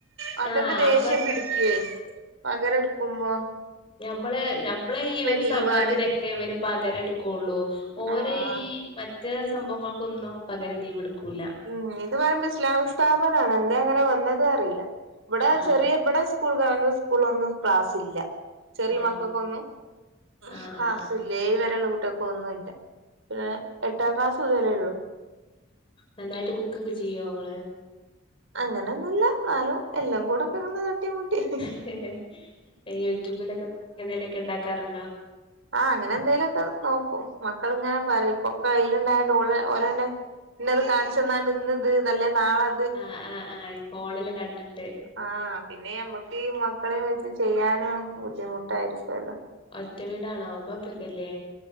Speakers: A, on the right; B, on the left.
A: മക്കക്ക്
B: ആഹ്
A: ദേഷ്യം
B: അമ്മള
A: പിടിക്ക്യേ പകരട്ക്ക്മ്പൊ
B: ഞമ്മളെ ഞമ്മളെ ഈ ഒര്
A: ലീവാണ്
B: സംഭവത്തിനെക്കെ അവര് പകരട്ക്കൊള്ളൂ ഓരെ
A: ആഹ്
B: ഈ മ റ്റേ സംഭവങ്ങൾക്കൊന്നും പകരം ലീവ്ട്ക്കൂല
A: ഉം ഇത് പറിമ്പം ഇസ്ലാമിക് സ്ഥാപനാണ് എന്തേ അങ്ങനെ വന്നന്ന് അറീല ഇബ്ടെ
B: ആഹ്
A: ചെറിയ ഇബ്ടെ സ് കൂൾ ഗവൺമെന്റ് സ്കൂളൊന്നും ക്ലാസ് ഇല്ല ചെറിയ
B: ആണോ
A: മക്കൾക്കൊന്നും
B: ആഹ്
A: ക്ലാസി
B: ആഹ് ആഹ്
A: ലേയ് വരേള്ള കുട്യാകൊന്നുല്ല പിന്നെ എട്ടാം ക്ലാസ് ഉതലേള്ളൂ
B: നന്നായിട്ട് കുക്കൊക്കെ ചെയ്യോങ്ങള്
A: അങ്ങനെന്നുല്ല ന്നാലും എല്ലം കൂടെക്കൊങ്ങനെ തട്ടി മുട്ടി
B: ഹെ ഹെ യൂട്യൂബിലക്കെ എന്തേലൊക്കെണ്ടാക്കാറ്ണ്ടോ
A: ആഹ് ങ്ങനെ എന്തേലൊക്കെ നോക്കും മക്കള് ങ്ങനെ പറിം ഇപ്പൊക്ക യ്ല്ണ്ടായോണ്ട് ഓള് ഓലന്നെ ഇന്നത് കാൺച്ചന്നാണ്ട് ഇന്ന്ത് നല്ലേ നാളെ
B: ആഹ് ആഹ് ആഹ് ഇഫോണില് കണ്ട്ട്ട്
A: ആഹ് പിന്നെയമ്മക്കീ മക്കളേം വെച്ച് ചെയ്യാനും ബുദ്ധിമുട്ടായിരിക്കൊല്ലോ
B: ഒറ്റ വീടാണോ ബാപ്പിയൊക്കല്ലേ